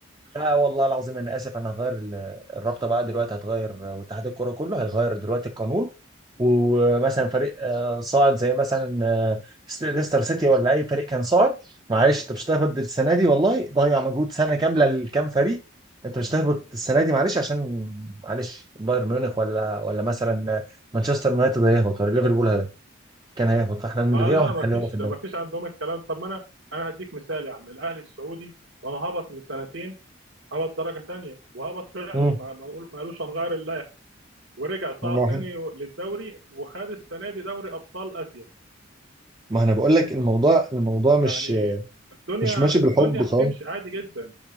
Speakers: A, on the right; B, on the right.
A: لا والله العظيم انا اسف انا هغير ال- الرابطه بقى دلوقتي هتغير واتحاد الكوره كله هيغير دلوقتي القانون ومثلا فريق آه، صاعد زي مثلا آه، ست- ليستر سيتي ولا اي فريق كان صاعد معلش انت مش هتهبط السنه دي والله ضيع مجهود سنه كامله لكام فريق انت مش هتهبط السنه دي معلش عشان معلش بايرن ميونخ ولا ولا مثلا آه، مانشستر يونايتد هيهبط ولا ليفربول هي- كان هيهبط فاحنا هنلغيها
B: اه لا
A: وهنخليها
B: ما فيش
A: هو في الدوري
B: ما فيش عندهم الكلام طب ما انا انا هديك مثال يا عم الاهلي السعودي ما هو هبط من سنتين هبط درجه تانيه وهبط فعلا
A: امم
B: ما ما قول- ما قالوش هنغير ورجع صعد
A: والله
B: تاني للدوري وخد السنه دي دوري ابطال اسيا
A: ما انا بقول لك الموضوع الموضوع مش
B: يعني الدنيا
A: مش ماشي
B: الدنيا
A: بالحب
B: بتمشي
A: خالص
B: عادي جدا